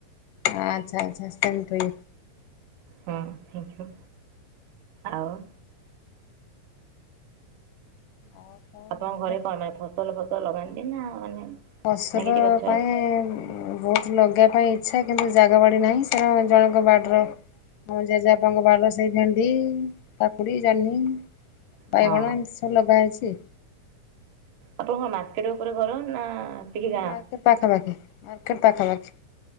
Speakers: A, on the left; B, on the right.
A: ହଁ ଆଚ୍ଛା ଆଚ୍ଛା ସେମ ଟୁ ୟୁ।
B: ହୁଁଥ୍ୟାଙ୍କୟୁ ଆଉ।
A: ଆଉ। <unintelligible>
B: ଆପଣଙ୍କ
A: ଭଲ
B: ଘରେ କଣ ମାନେ ଫସଲ ଫସଲ ଲଗାନ୍ତି ନା ମାନେ?
A: ଫସଲ
B: ନା କିଛି ଗଛ
A: ପାଇଁ ବହୁତ ଲଗେଇବା ପାଇଁ ଇଚ୍ଛା କିନ୍ତୁ ଜାଗା ବାଡି ନାହିଁ ସେରା ଜଣଙ୍କ ବାଡିର। ଜେଜେବାପାଙ୍କ ବାଡର ସେଇ ଭେଣ୍ଡି କାକୁଡି ଜହ୍ନି। ବାଇଗଣ
B: ହଁ
A: ଏମିତି ସବୁ ଲଗା ହେଇଛି।
B: ଆପଣଙ୍କ ମାର୍କେଟ ଉପରେ ଘର ନା? ଟିକେ
A: ହଁ
B: ଗାଁ
A: ମାର୍କେଟ ପାଖାପାଖି ମାର୍କେଟ ପାଖା ପାଖି।